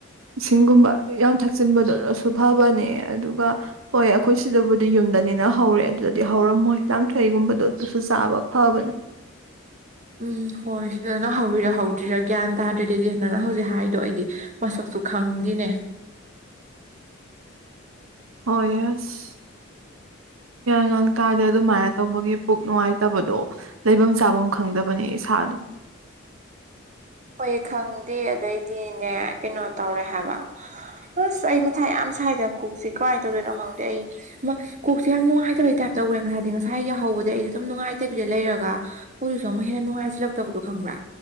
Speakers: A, on the right; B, on the right.
A: ꯏꯁꯤꯡꯒꯨꯝꯕ ꯌꯥꯝ ꯊꯛꯆꯤꯟꯕꯗꯣ ꯂꯣꯏꯁꯨ ꯐꯕꯅꯦ ꯑꯗꯨꯒ ꯍꯣꯏ ꯑꯩꯈꯣꯏ ꯁꯤꯗꯕꯨꯗꯤ ꯌꯨꯝꯗ ꯅꯤꯅ ꯍꯧꯔꯦ ꯑꯗꯨꯗꯗꯤ ꯍꯧꯔꯝꯃꯣꯏ ꯂꯥꯡꯊ꯭ꯔꯩꯒꯨꯝꯕꯗꯣ ꯑꯗꯨꯁꯨ ꯆꯥꯕ ꯐꯕꯅꯦ
B: ꯎꯝ ꯍꯣꯏ ꯁꯤꯗ ꯅꯪ ꯍꯧꯋꯤꯔ ꯍꯧꯗ꯭ꯔꯤꯔꯥ ꯒ꯭ꯌꯥꯟ ꯇꯥꯗ꯭ꯔꯗꯤꯗꯤ ꯅꯪꯅ ꯍꯧꯖꯤꯛ ꯍꯥꯏꯗꯣ ꯑꯩꯗꯤ ꯃꯁꯛ ꯁꯨ ꯈꯪꯗꯤꯅꯦ
A: <inaudible> ꯍ ꯌꯦꯁ ꯉꯥꯡ ꯇꯥꯗ ꯑꯗꯨꯃꯥꯏꯅ ꯇꯧꯕꯒꯤ ꯄꯨꯛ ꯅꯨꯡꯉꯥꯏꯇꯕꯗꯣ ꯂꯩꯐꯝ ꯆꯥꯐꯝ ꯈꯪꯗꯕꯅꯤ ꯏꯁꯥꯗ <unintelligible>
B: ꯍꯣꯏ ꯈꯪꯗꯦ ꯑꯗꯩꯗꯤꯅꯦ ꯀꯩꯅꯣ ꯇꯧꯔꯦ ꯍꯥꯏꯕ ꯑꯁ ꯑꯩ ꯃꯊꯥ ꯌꯥꯝ ꯁꯥꯏꯗ ꯀꯣꯛꯁꯦ ꯀꯃꯥꯏꯅ ꯇꯧꯗꯣꯏꯅꯣ ꯈꯪꯗꯦ ꯑꯩ ꯀꯣꯛꯁꯦ ꯌꯥꯝ ꯅꯨꯡꯉꯥꯏꯇꯕꯩ ꯇꯥꯏꯞꯇ ꯇꯧꯈ꯭ꯔꯦ ꯉ ꯍꯥꯏꯗꯤ ꯉꯁꯥꯏ ꯌꯥꯎꯍꯧꯕꯗ ꯑꯩꯗꯤ ꯑꯗꯨꯝ ꯅꯨꯡꯉꯥꯏꯇꯕꯤꯗ ꯂꯩꯔꯒ ꯍꯧꯖꯤꯛꯁꯨ ꯑꯃꯨꯛ ꯍꯦꯟꯅ ꯅꯨꯡꯉꯥꯏꯁꯤꯜꯂꯛꯇꯕꯗꯣ ꯈꯪꯕ꯭ꯔꯥ